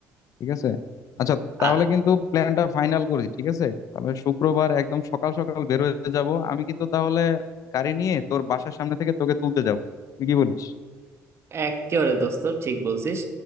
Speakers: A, on the left; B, on the right.
A: ঠিক আছে আচ্ছা
B: আ
A: তাহলে কিন্তু প্ল্যানটা ফাইনাল করি ঠিক আছে তাহলে শুক্রবার একদম সকাল সকাল বের হয়ে যাব আমি কিন্তু তাহলে গাড়ি নিয়ে তোর বাসার সামনে থেকে তোকে তুলতে যাব তুই কি বলিস
B: একেবারে দোস্ত ঠিক বলছিস